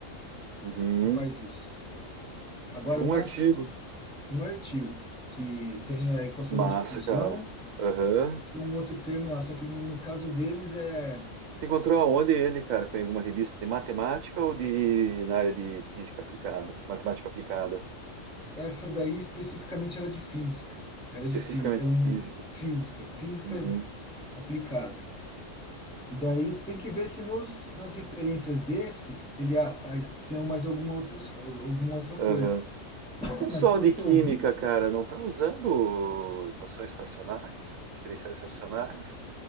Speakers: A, on the right; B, in the centre.
A: Uhum.
B: que faz isso. Agora,
A: Achou um
B: nas,
A: artigo.
B: um artigo que tem a equação
A: Massa,
B: da difusão
A: cara. Aham.
B: com outro termo lá, só que no caso deles é
A: Você encontrou aonde ele, cara? Foi em alguma revista de matemática ou de na área de física aplicada? Matemática aplicada,
B: Essa daí especificamente era de física. Era de
A: especificamente
B: física, era um
A: física.
B: física, física
A: Uhum.
B: aplicada. E daí tem que ver se nos, nas referências desse ele a- a- tem mais alguma outra, alguma outra
A: Aham.
B: coisa. <coughs>
A: Pessoal
B: Mas pelo
A: de
B: que
A: química,
B: eu vi,
A: cara, não tá usando equações fracionárias, diferenciais fracionárias?